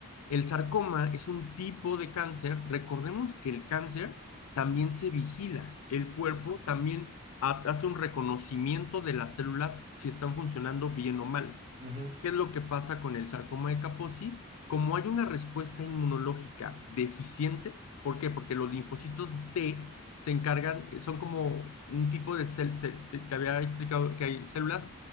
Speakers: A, on the left; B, on the right.
A: El sarcoma es un tipo de cáncer. Recordemos que el cáncer también
B: Ujú,
A: se vigila. El cuerpo
B: ujú,
A: también hace un reconocimiento de las células si están funcionando bien o mal.
B: ujú,
A: ¿Qué es lo que pasa con el sarcoma de Kaposi? Como hay una respuesta inmunológica deficiente, ¿por qué? Porque los linfocitos T se encargan, eh, son como un tipo de cel, te, te- te había explicado que hay células